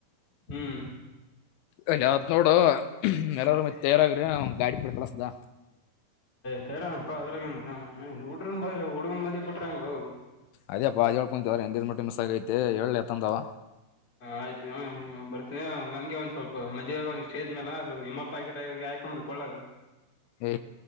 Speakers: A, on the left; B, on the left.
A: ಹ್ಮ್
B: ಅದ ಯಾವತ್ ನೋಡು ಎಲ್ಲಾರ ಮತ್ತ ತಯರಗ್ರಿ ಗಾಡಿ ಪಡ್ ಕಳಸ್ದ.
A: ತಯರಾಗ್ ಅಪ್ಪಾ ಅದ್ರಗ ಎನ್ ಹುಡ್ರು ಹುಡುಗನ ಮದಿ ಬಿಟ್ಟ ಹೆಂಗೂ.
B: ಅದೇಪ್ಪ ಅ ಹೇಳ್ಕೊಂತವ್ರ ಹೆಂಗಗೆದ್ ಮಟ್ಟೆ ಮಿಸ್ ಆಗೈತೆ ಹೇಳಲತ್ತಂದವ.
A: ಆಯ್ತು ಬರ್ತನ ಹಂಗೆ ಒಂದ್ ಸ್ವಲ್ಪ ಮದ್ಾಗ ಒಂದ್ ಸ್ಟೇದ್ ಮೇಾಲ ಇಮಲ್ ಪಾಯ ಗಿಟಾಗ ಕಕಮ್ರ ಕೊಳ್ಳಗ.
B: ಏ